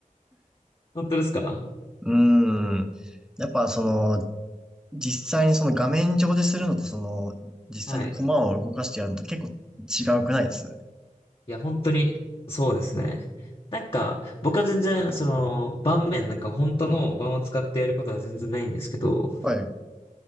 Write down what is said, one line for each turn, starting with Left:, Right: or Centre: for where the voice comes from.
Left: 本当ですか
Centre: <laughs> うーん。やっぱその、実際にその画面上でするのと、その、実際に駒を動かしてやるのと結構
Left: はい。
Centre: 違うくないです。
Left: いや、本当に、そうですね。なんか、僕は全然、その、盤面、なんか本当の盤を使ってやることは全然ないんですけど、
Centre: はい